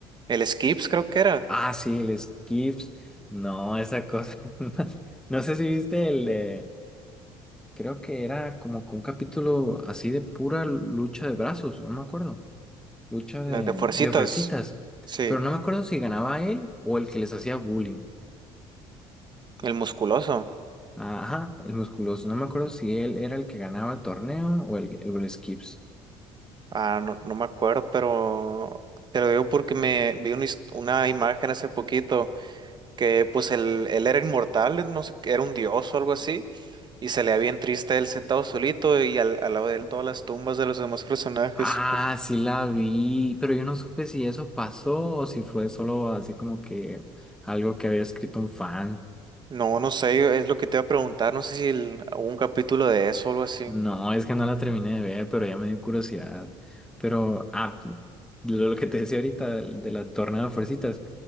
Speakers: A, on the right; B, in the centre.
A: el Skips creo que era,
B: Ah, sí, el Skips. No, esa cosa. <laughs> No sé si viste el de. Creo que era como con un capítulo así de pura lucha de brazos, o no me acuerdo. Lucha
A: de
B: de,
A: de fuercitas.
B: de fuercitas.
A: Sí,
B: Pero no me acuerdo si ganaba él o el que les hacía bullying.
A: el musculoso.
B: Ajá, el musculoso. No me acuerdo si él era el que ganaba el torneo o el, el, el Skips.
A: Ah, no, no me acuerdo, pero te lo digo porque me vi una, his- una imagen hace poquito que pues él, él era inmortal, no sé, era un dios o algo así, y se le veía bien triste él sentado solito y al, al lado de él todas las tumbas de los demás personajes.
B: Ah,
A: Pu-
B: sí la vi, pero yo no supe si eso pasó o si fue solo así como que algo que había escrito un fan.
A: No, no sé, es lo que te iba a preguntar, no sé si el- hubo un capítulo de eso o algo así.
B: No, es que no la terminé de ver, pero ya me dio curiosidad. Pero, ah, lo lo que te decía ahorita del- de, la tornada de fuercitas,